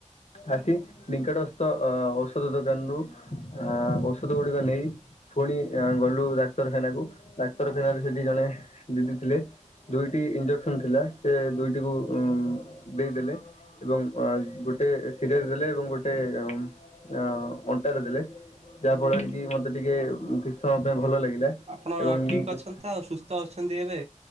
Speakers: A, on the left; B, on the right.
A: ଆସି ନିକଟସ୍ଥ ଅ ଔଷଧ ଦୋକାନରୁୁ ଆ ଔଷଧ ଗୁଡିକ ନେଇ ଫୁଣି ଗଲୁ ଡାକ୍ତରଖାନା କୁ ଡାକ୍ତରଖାନାରେ ସେଠି ଜଣେ ଦିଦି ଥିଲେ ଦୁଇଟି ଇଞ୍ଜେକ୍ସନ୍ ଥିଲା ସେ ଦୁଇଟିକୁ ଉଁ- ଦେଇଦେଲେ। ଏବଂ ଗୋଟେ ଶିରରେ ଦେଲେ ଏବଂ ଗୋଟେ ଅଁ- ଅ -ଅଣ୍ଟାରେ ଦେଲେ। ଯାହା ଫଳରେ କି ମତେ ଟିକେ କିଛି ସମୟ ପାଇଁ ଭଲ ଲାଗିଲା।
B: ଆପଣ
A: ଏବଂ
B: ଠିକ୍
A: ମୁଁ
B: ଅଛନ୍ତି ତ ଆଉ ସୁସ୍ଥ ଅଛନ୍ତି ଏବେ?